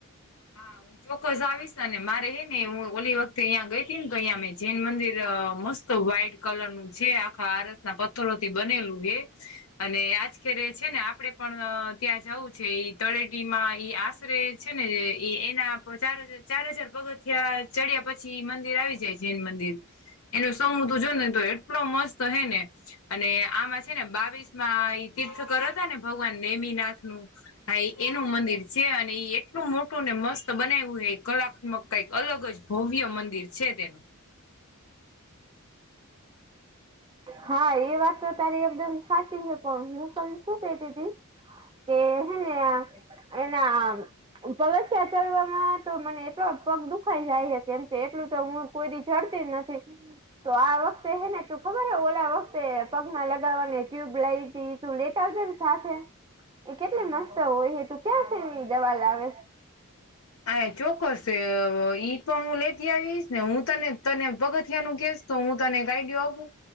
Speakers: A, on the left; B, on the right.
A: હા ચોક્કસ આવીશ અને મારે હ ને હું ઓલી વખતે અહં ગઈ હતી ને તો અહીંયા મેં જૈન મંદિર મસ્ત તો વ્હાઈટ કલર નું છે આખા આરસ ના પથ્થરો થી બનેલું હે. અને આજ કેરે છે ને આપડે પણ ત્યાં જવું છે ઈ તળેટી માં ઈ આશરે છે ને એ એના ચાર હજાર ચાર હજાર પગથીિયા ચડ્યા પછી મંદિર આવી જાય જૈન મંદિર. એનું સમૂ તો જોને તો એટલો મસ્ત હે ને. અને આમાં છે ને બાવીસમાં ઈ તીર્થ કરો હતા ને ભગવાન નેમીનાથનું હા એ એનું મંદિર છે અને એ એટલું મોટું ને મસ્ત બનાઈવુ હે કલાત્મક કઈક અલગ જ ભવ્ય મંદિર છે તેનું.
B: હા એ વાત તો તારી એકદમ સાચી હે પણ હું તને શું કેતી તી કે હે ને આ એના તસ્યા ચડવામાં તો મને એટલો પગ દુખાઈ જાય કેમ કે એટલું તો હું કોઈ દી ચડતી જ નથી તો આ વખતે હેને તું ખબર હો ઓ લા વખતે પગમાં લગાવવાને ટ્યુબ લઈ હતી તું લેતા આવજે ને સાથે. એ કેટલી મસ્ત હોય એ, તું ક્યાં છેની દવા લાવે છ?
A: હ એ ચોક્કસ ઈ પણ હું લેતી આવીશ ને હું તને તને પગથિયા નું કેસ તો હું તને એક આઈડું આપુ?